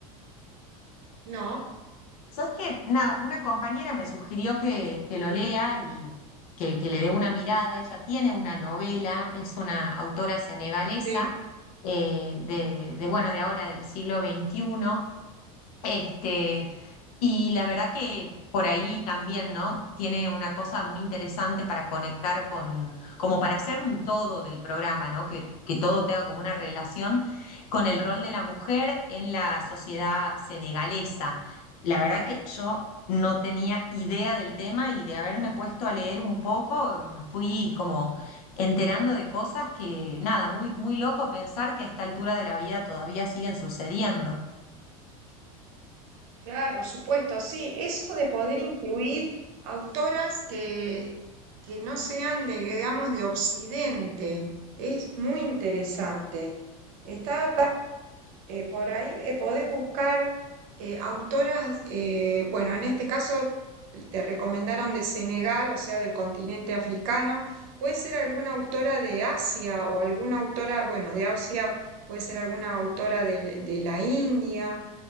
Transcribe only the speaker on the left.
¿Sabes qué? Nada, una compañera me sugirió que, que lo lea y que, que le dé una mirada. Ella tiene una novela, es una autora senegalesa
eh, de, de, bueno, de ahora del siglo veintiuno este, y la verdad que por ahí también, ¿no? Tiene una cosa muy interesante para conectar con, como para hacer un todo del programa, ¿no? Que, que todo tenga como una relación con el rol de la mujer en la sociedad senegalesa. La verdad que yo no tenía idea del tema y de haberme puesto a leer un poco, me fui como enterando de cosas que, nada, muy, muy loco pensar que a esta altura de la vida todavía siguen sucediendo.